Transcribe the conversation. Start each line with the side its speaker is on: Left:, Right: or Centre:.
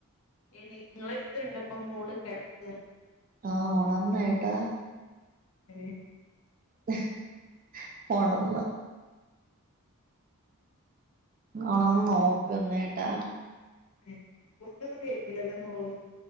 Left: എണീ ഇങ്ങളെ എട്ത്ത് ഇണ്ട ഇപ്പം മോള് കെടക്ക്?
Right: ആ ഒണർന്ന് കേട്ടാ.
Left: ഏഹ്
Right: ഹ്, ഹ് ഒണർന്ന്. ഒണന്ന് നോക്ക്ന്നേട്ടാ.
Left: ഏഹ്, ഫുഡ് ഒന്നും കെഴിക്കില്ലല്ലോ മോള്.